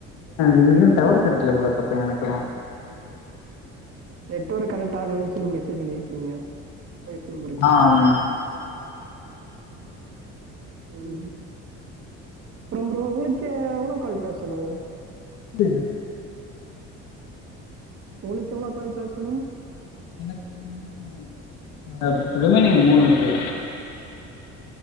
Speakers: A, on the left; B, on the right.
A: இங்கேயும் டவர் கேடைக்கல போல அப்ப எனக்கு
B: நெட்ஒர்க் கனெக்ட் ஆகலனு சொல்லி மெசேஜ் பண்ணிருக்கீங்க ஓய்ஃப் நம்பருக்கு
A: ஆம்
B: உ உம் ரோம் ரோ உங்கக்கே எவ்ளோக்கால் பேசணும்
A: <unintelligible>
B: உங்களுக்கு எவ்லோ கால் பேசணும்
A: எனக்கு இன்னு ரிமைனிங் மூணு இருக்கு